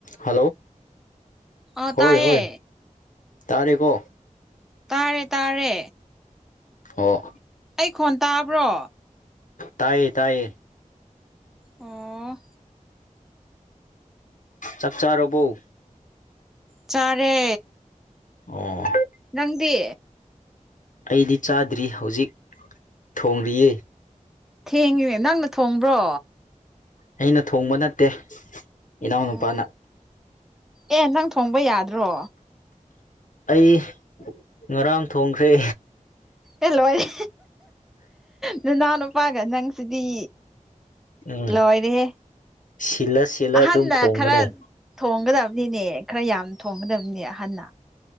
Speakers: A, on the left (about 70°); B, in the centre.
A: hello
B: ꯑꯥ
A: ꯍꯣꯏ
B: ꯇꯥꯏꯌꯦ
A: ꯍꯣꯏ ꯇꯥꯔꯦ ꯀꯣ
B: ꯇꯥꯔꯦ ꯇꯥꯔꯦ
A: ꯑꯣ
B: ꯑꯩ ꯈꯣꯟ ꯇꯥꯕ꯭ꯔꯣ
A: ꯇꯥꯏꯌꯦ ꯇꯥꯏꯌꯦ
B: ꯑꯣ
A: ꯆꯥꯛ ꯆꯥꯔꯕꯧ
B: ꯆꯥꯔꯦ
A: ꯑꯣ
B: ꯅꯪꯗꯤ
A: ꯑꯩꯗꯤ ꯆꯥꯗ꯭ꯔꯤ ꯍꯧꯖꯤꯛ ꯊꯣꯡꯔꯤꯌꯦ
B: ꯊꯦꯡꯉꯤꯅꯦ ꯅꯪꯅ ꯊꯣꯡꯕ꯭ꯔꯣ
A: ꯑꯩꯅ ꯊꯣꯡꯕ ꯅꯠꯇꯦ ꯏꯅꯥꯎꯅꯨꯄꯥꯅ
B: ꯑꯣ ꯑꯦ ꯅꯪ ꯊꯣꯡꯕ ꯌꯥꯗ꯭ꯔꯣ
A: ꯑꯩ ꯉꯔꯥꯡ ꯊꯣꯡꯈ꯭ꯔꯦ
B: ꯑꯦ ꯂꯣꯏꯔꯦ ꯅꯅꯥꯎ ꯅꯨꯄꯥꯒ ꯅꯪꯁꯤꯗꯤ
A: ꯎꯝ
B: ꯂꯣꯏꯔꯦꯍꯦ
A: ꯁꯤꯜꯂ ꯁꯤꯜꯂ
B: ꯑꯥꯍꯟꯅ
A: ꯑꯗꯨꯝ ꯊꯣꯡꯕꯅꯦ
B: ꯈꯔ ꯊꯣꯡꯒꯗꯝꯅꯤꯅꯦ ꯈꯔ ꯌꯥꯝ ꯊꯣꯡꯒꯗꯝꯅꯦ ꯑꯍꯟꯅ